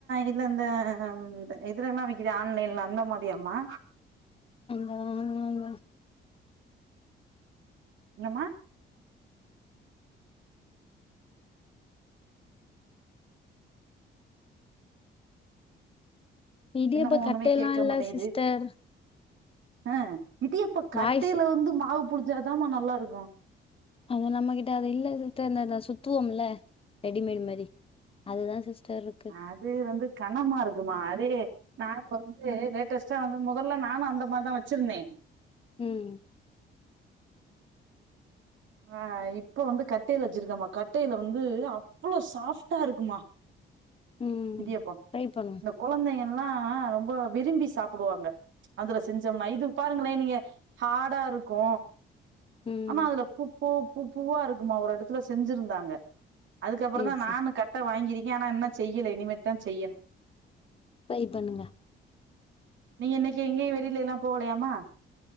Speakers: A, on the right; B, on the left.
A: இல்ல இந்த இதுல எல்லாம் வக்கிற ஆன்லைன்ல அந்த மாதிரி யாம
B: ஆமாங்க
A: என்னம்மா
B: இடியாப்ப
A: என்னம ஒண்ணுமே
B: கட்டைல்லா
A: கேட்க
B: இல்ல
A: மாட்டேங்குது
B: சிஸ்டர்
A: ஆஹ் இடியாப்ப கட்டைல
B: வாய்ஸ்
A: வந்து மாவு புளிஞ்ஞாதாம நல்லா இருக்கு
B: அது நம்மகிட்ட அது இல்லதத்த இந்த அது சுத்துவோம்ல ரெடிமேட் மாரி அதுதா சிஸ்டர் இருக்கு
A: அது வந்து கனமா இருக்குமா அது நா இப்ப வந்து லேட்டஸ்ட்டா வந்து முதல்ல நானு அந்த மாரிதான் வச்சிருந்தே
B: ம்
A: ஆஹ் இப்ப வந்து கட்டைல வச்சிருக்கம கட்டைல வந்து அவ்ளோ சாஃப்ட்டா இருக்குமா
B: ம்
A: இடியாப்போ
B: ட்ரை பண்ணுவோ
A: இந்த கொழந்தைங்கல்லா ரொம்ப விரும்பி சாப்டுவாங்க அதுல செஞ்சோம்னா இது பாருங்களே நீங்க ஹார்டா இருக்கு
B: ம்
A: ஆனா அதுல பூப் பூ பூ பூவா இருக்குமா ஒரு இடத்துல செஞ்சிருந்தாங்க அதுக்கப்புறோ
B: சேரி
A: தா
B: சேரி
A: நானு கட்ட வாங்கிருக்கே ஆனா இன்னு செய்யல இனிமேத்தா செய்யணு
B: ட்ரை பண்ணுங்க
A: நீங்க இன்னைக்கு எங்கேயு வெளிலைலா போகலையாமா